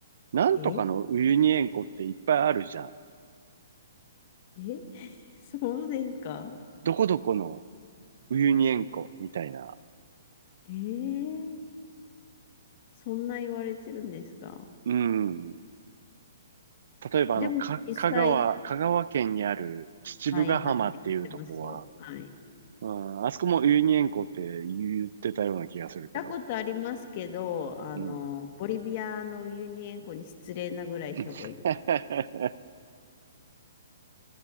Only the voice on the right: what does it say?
なんとかのウユニ塩湖っていっぱいあるじゃん。
どこどこのウユニ塩湖みたいな。
うん。例えばあの、
か、香川、香川県にある秩父ヶ浜っていうとこは、
うん、あそこもウユニ塩湖って言ってたような気がするけど。
うん。
<laughs>